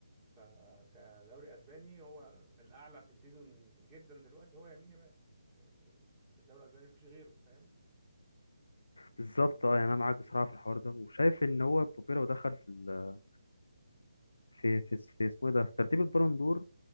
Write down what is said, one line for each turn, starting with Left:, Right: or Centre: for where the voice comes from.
Right: فكدوري اسباني هو الاعلى في السيزون جدا دلوقتي هو يمين يامال يعني ما في- يعني في الدوري الاسباني مفيش غيره فاهم
Left: بالظبط اه يعني انا معاك بصراحه في الحوار ده وشايف ان هو مبابي لو دخل في ال... في في في اسمه إيه ده في ترتيب البالون دور